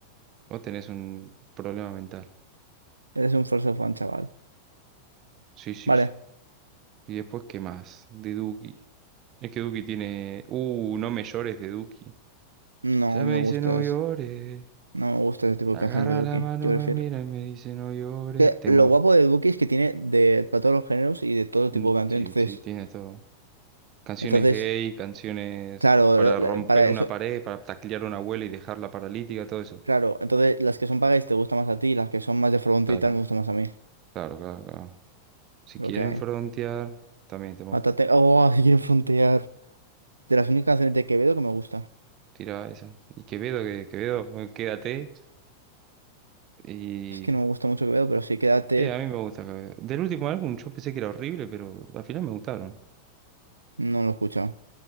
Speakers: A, on the right (about 35°); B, on the right (about 80°).
A: vos tenés un problema mental.
B: Eres un falso fan, chaval.
A: Sí, sí,
B: Vale.
A: sí. Y después, ¿qué más? De Duki. Es que Duki tiene. Uh, no me llores de Duki.
B: No
A: Ya me
B: me
A: dice
B: gusta
A: no llores.
B: ese, no me gusta ese tipo de
A: Agarra
B: canciones de Duki.
A: la mano,
B: Yo prefiero.
A: me mira y me dice no llores.
B: Que
A: Temón.
B: lo guapo de Duki es que tiene de, para todos los géneros y de todo
A: Mm,
B: tipo de canciones.
A: Sí,
B: Entonces,
A: sí, tiene todo. Canciones
B: entonces,
A: gay, canciones
B: claro,
A: para
B: lo- lo-
A: romper
B: para
A: una
B: eso.
A: pared, para taclear a una abuela y dejarla paralítica, todo eso.
B: Claro, entonces las que son pagáis te gustan más a ti, las que son más de frontera
A: Claro,
B: y tal me gustan más a mí.
A: claro, claro, claro. Si
B: Lo
A: quieren
B: que hay.
A: frontear, también, temón.
B: Mátate. Oh, <laughs> si quieren frontear. De las únicas canciones de Quevedo que me gusta.
A: Tira esa. Y Quevedo, que Quevedo, bueno, quédate. Y.
B: Es que no me gusta mucho Quevedo, pero sí, quédate.
A: Eh, a mí me gusta Quevedo. Del último álbum yo pensé que era horrible, pero al final me gustaron.
B: No lo he escuchado.